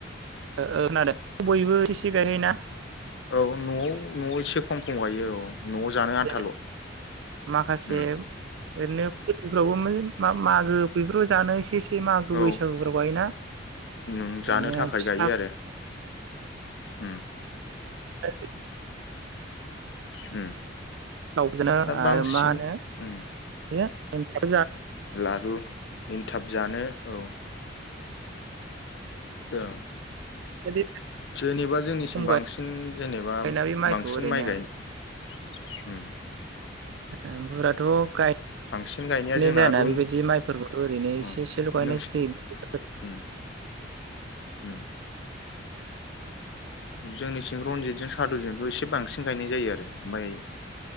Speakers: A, on the right; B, on the left.
A: ओ खोनादों। बयबो एसे गायोना।
B: औ न'आव न'आव एसे खम खम गायो औ न'आव जानो आन्थाल'
A: जेरै
B: ओम।
A: माखासे ओरैनो फोरबोफ्रावबो मागो बेफ्राव जानो एसे एसे मागो
B: औ
A: बैसागुफ्राव गायोना।
B: नों
A: ओरैनो
B: जानो थाखाय
A: फिथा
B: गायो आरो। उम।
A: <inaudible>
B: उम।
A: थावजोनो
B: दा
A: आरो
B: बांसिन
A: मा होनो?
B: उम
A: बे एन्थाब
B: लारु एन्थाब जानो औ
A: <unintelligible>
B: ओ।
A: <unintelligible>
B: जेनेबा जोंनिसिम
A: खम
B: बांसिन जेनेबा
A: गायोना बे माइखौ
B: बांसिन
A: ओरैनो
B: माइ गायनो उम
A: ओ बुराथ‌ गाय
B: बांसिन गायनाया
A: नो
B: जोंना
A: जायाना
B: रन
A: बेबायदि माइफोरबोथ' ओरैनो एसे
B: उम
A: एसे ल गायनाय
B: नोंसि
A: जायो।
B: उम उम जोंनि सिं रनजितजों सादुजोंखौ एसे बांसिन गायनाय जायो आरो माइ